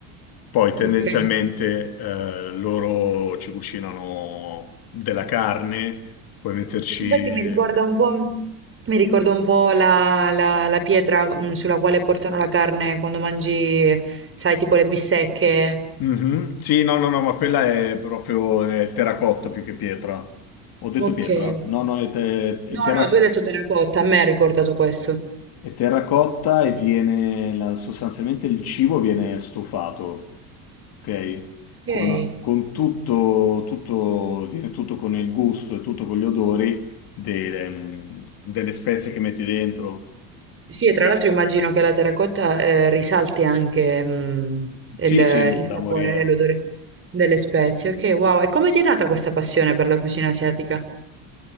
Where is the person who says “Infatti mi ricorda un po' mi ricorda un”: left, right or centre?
Right